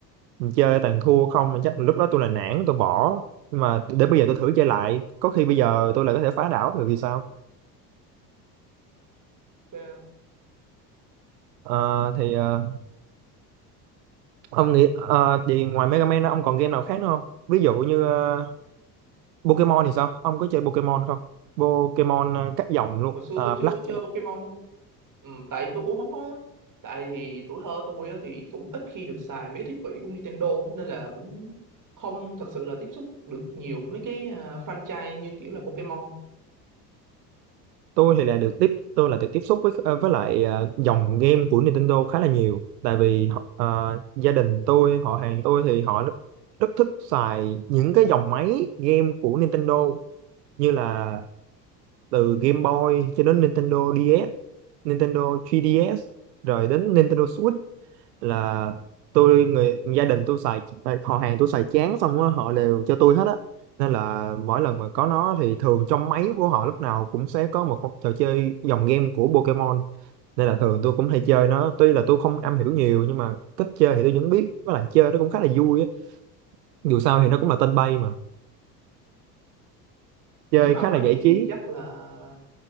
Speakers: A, on the right (about 75°); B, on the right (about 40°).
A: mình chơi toàn thua không mà chắc lúc đó tôi là nản tôi bỏ nhưng mà để bây giờ tôi thử chơi lại có khi bây giờ tôi lại có thể phá đảo được thì sao
B: Ok không?
A: Ờ, thì ờ, Ông nghĩ ờ, thì ngoài Mega Man ra, ông còn game nào khác nữa không? Ví dụ như ờ, Pokemon thì sao? Ông có chơi Pokemon không? Pokemon ờ, các dòng luôn,
B: hồi xưa
A: Ờ,
B: tôi chưa
A: Black.
B: chơi Pokemon không ừ, tại vì tôi cũng không có tại thì tuổi thơ tôi á thì cũng ít khi được xài mấy cái thiết bị của Nintendo nên là cũng không thật sự là tiếp xúc được nhiều mấy cái ờ, franchise như kiểu là Pokemon
A: Tôi thì lại được tiếp tôi là được tiếp xúc với ờ, với lại ờ, dòng game của Nintendo khá là nhiều, tại vì họ- ờ, gia đình tôi, họ hàng tôi thì họ rất, rất thích xài những cái dòng máy game của Nintendo như là từ Game Boy cho đến Nintendo DS, Nintendo 3DS rồi đến Nintendo Switch là tôi người gia đình tôi xài à, họ hàng tôi xài chán xong á họ đều cho tôi hết á nên là mỗi lần mà có nó thì thường trong máy của họ lúc nào cũng sẽ có một trò chơi dòng game của Pokemon nên là thường tôi cũng hay chơi nó tuy là tôi không am hiểu nhiều nhưng mà cách chơi thì tôi vẫn biết với lại chơi nó cũng khá là vui á dù sao thì nó cũng là tên bay mà chơi
B: nếu mà
A: khá
B: ông nói
A: là giải
B: vậy thì
A: trí
B: chắc là